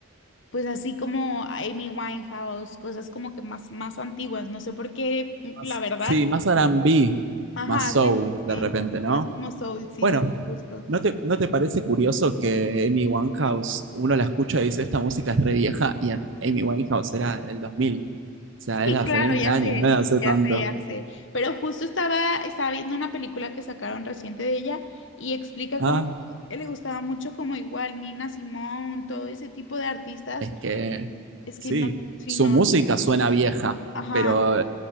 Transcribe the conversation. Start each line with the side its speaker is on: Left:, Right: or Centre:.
Left: pues así como Amy Winehouse, cosas como que más, más antiguas. No sé por qué, mm,
Right: más-
Left: la verdad.
Right: sí, más R&B,
Left: Ajá,
Right: más soul,
Left: sí,
Right: de
Left: sí, sí,
Right: repente, ¿no?
Left: más como soul, sí,
Right: Bueno,
Left: sí, sí, justo.
Right: ¿no te, no te parece curioso que Amy Winehouse, uno la escucha y dice, esta música es re vieja, y Amy Winehouse era del 2000, o sea,
Left: Sí,
Right: es de hace
Left: claro,
Right: 20
Left: ya
Right: años,
Left: sé,
Right: no es de hace
Left: ya
Right: tanto.
Left: sé, ya sé. Pero justo estaba, estaba viendo una película que sacaron reciente de ella y explica
Right: Ah,
Left: cómo que le gustaba mucho como igual Nina Simón, todo ese tipo de artistas.
Right: Es que
Left: Es
Right: sí,
Left: que no, sí,
Right: su
Left: no,
Right: música suena vieja,
Left: ajá,
Right: pero